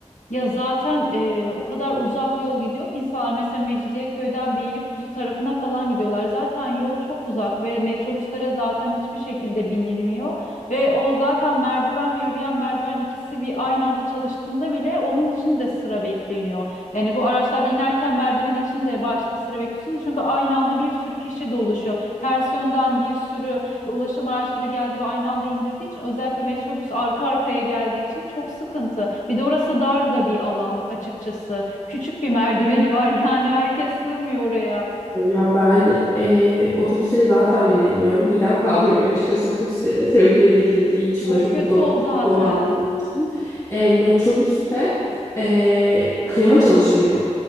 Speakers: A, on the left; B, on the left.
A: Ya zaten e, o kadar uzak yol gidiyor ki insanlar mesela Mecidiyeköy'den Beylikdüzü tarafına falan gidiyorlar. Zaten yol çok uzak ve metrobüslere zaten hiçbir şekilde binilmiyor. Ve o zaten merdiven ve yürüyen merdiven ikisi bir aynı anda çalıştığında bile onun için de sıra bekleniyor. Yani bu araçlarda inerken merdiven için de başta sıra bekliyorsunuz. Çünkü aynı anda bir sürü kişi doluşuyor. Ters yönden bir sürü ulaşım araçları geldi ve aynı anda indirdiği için özellikle metrobüs arka arkaya geldiği için çok sıkıntı. Bir de orası dar da bir alan açıkçası. Küçük bir merdiveni var <laughs> yani herkes sığmıyor oraya.
B: Ya ben eee otobüslere zaten binemiyorum. Midem kaldırmıyor açıkçası otobüslere. Trafiğe de girdiği için
A: Çok
B: ve çok
A: kötü
B: do
A: o zaten.
B: dolandığı için. Eee, metrobüste eee, klima çalışmıyor.